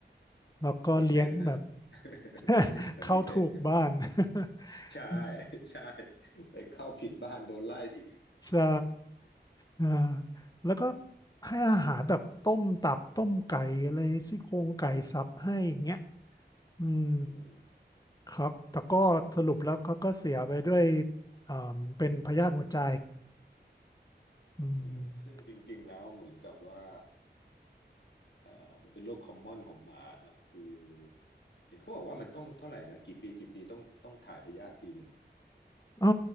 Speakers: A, on the left; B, on the left.
A: แล้วก็เลี้ยงแบบ
B: มันมีเซนส์นะ <laughs>
A: <laughs>
B: มันมีเซนส์
A: เข้าถูกบ้าน <laughs>
B: ใช่ <laughs>
A: อืม
B: ใช่ไปเข้าผิดบ้านโดนไล่อีก
A: ใช่
B: <laughs>
A: อ่าแล้วก็ให้อาหารแบบต้มตับต้มไก่อะไรซี่โครงไก่สับให้อย่างเงี้ยอืม
B: อืม
A: ครับแต่ก็สรุปแล้วเขาก็เสียไปด้วยอ่าเป็นพยาธิหัวใจอืม
B: อืมซึ่งจริงๆแล้วเหมือนกับว่าเอ่อมันเป็นโรคคอมมอนของหมาเนอะคือเห็นเขาบอกว่ามันต้องเท่าไหร่นะกี่ปีกี่ปีต้องต้องถ่ายพยาธิทีหนึ่ง
A: อ๋อ